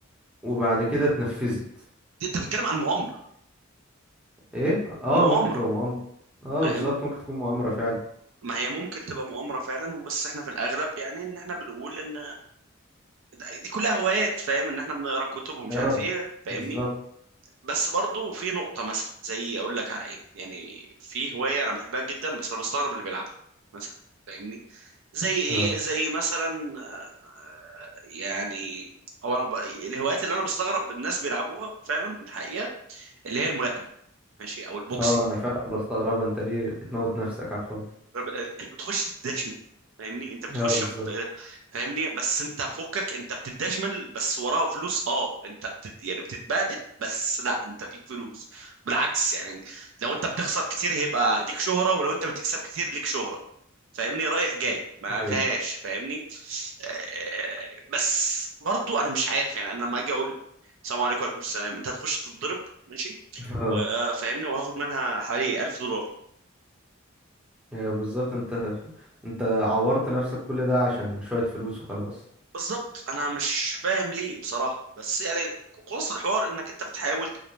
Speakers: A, in the centre; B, on the right.
A: وبعد كده اتنفذت
B: دي انت بتتكلم عن مؤامرة
A: ايه اه
B: مؤامرة
A: ممكن تبقى مؤامرة اه
B: ما
A: بالظبط ممكن تكون مؤامرة فعلا
B: ما هي ممكن تبقى مؤامرة فعلا بس احنا في الاغلب يعني ان احنا بنقول ان دي كلها هوايات فاهم ان احنا بنقرا كتب ومش
A: اه
B: عارف ايه فاهمني
A: بالظبط
B: بس برضو في نقطة مثلا زي أقول لك على إيه يعني في هواية أنا بحبها جدا بس أنا بستغرب اللي بيلعبها مثلا فاهمني زي إيه
A: اه
B: زي مثلا آه، يعني هو أنا ب... الهوايات اللي أنا بستغرب الناس بيلعبوها فعلا الحقيقة اللي هي الملاكمة ماشي أو البوكسنج
A: اه انا فعلا بستغربها انت ليه بتموت نفسك على الفاضي
B: انت بتخش تدشمل فاهمني انت بتخش
A: اه بالظبط
B: بت- فاهمني بس انت فكك انت بتدشمل بس وراها فلوس اه انت بتت... يعني بتتبهدل بس لا انت فيك فلوس بالعكس يعني لو انت بتخسر كتير هيبقى ليك شهرة ولو انت بتكسب كتير ليك شهرة فاهمني رايح جاي ما
A: ايوه
B: فيهاش فاهمني آه، بس برضو انا مش عارف يعني انا لما اجي اقول السلام عليكم وعليكم السلام انت هتخش تتضرب ماشي
A: اه
B: وفاهمني وهاخد منها حوالي 1000 دولار
A: ايوه بالظبط انت انت عورت نفسك كل ده عشان شوية فلوس وخلاص
B: بالظبط انا مش فاهم ليه بصراحه بس يعني خلاص الحوار انك انت بتحاول